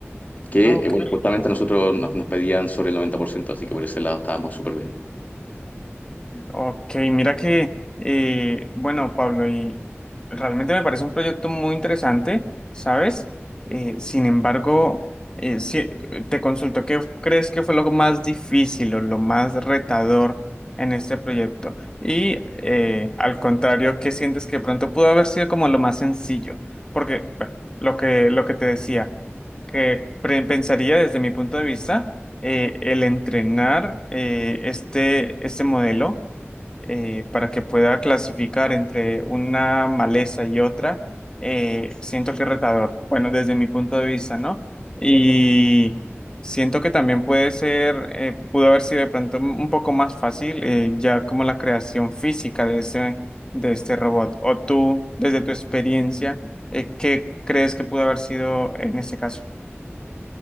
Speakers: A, on the left; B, on the left.
A: que,
B: Ah, ok.
A: eh, bueno, justamente a nosotros nos, nos pedían sobre el noventa por ciento así que por ese lado estábamos súper bien.
B: Ok, mira que, eh, bueno, Pablo, y realmente me parece un proyecto muy interesante, ¿sabes? Eh, sin embargo, eh, sí, te consulto, ¿qué crees que fue lo más difícil o lo más retador en este proyecto? Y eh, al contrario, ¿qué sientes que pronto pudo haber sido como lo más sencillo? Porque, bueno, lo que, lo que te decía, que pre- pensaría desde mi punto de vista eh, el entrenar eh, este, este modelo eh, para que pueda clasificar entre una maleza y otra, eh, siento que es retador. Bueno, desde mi punto de vista, ¿no? Y siento que también puede ser, eh, pudo haber sido de pronto un un poco más fácil, eh, ya como la creación física de ese, de este robot. O tú, desde tu experiencia, eh, ¿qué crees que pudo haber sido en este caso?